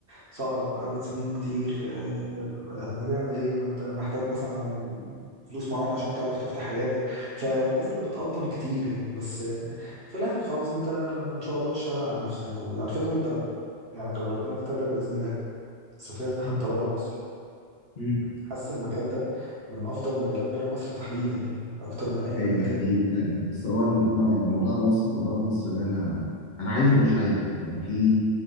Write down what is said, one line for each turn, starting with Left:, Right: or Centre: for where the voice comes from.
Right: صعب عدد سنين كتير آه، هتعمل إيه ما أنت محتاج مثلا فلوس معينة عشان تعرف تفتح عيادة فالناس اللي بتقطم كتير يعني بس آه، في الآخر خالص أنت لما إن شاء الله تشتغل على نفسك وعلى فكرة أنت يعني لو ربنا كتب لك بإذن الله سافرت حتى
Left: مم.
Right: بره مصر
Left: مم.
Right: حاسس المجال ده من افضل المجالات بره مصر تحديدا يعني اكتر من اي
Left: ايوه
Right: مجال
Left: ده
Right: تاني
Left: حقيقي فعلا بس هو الم- الموضوع اللي هو السفر بره مصر ده انا انا عايزه ومش عايزه يعني في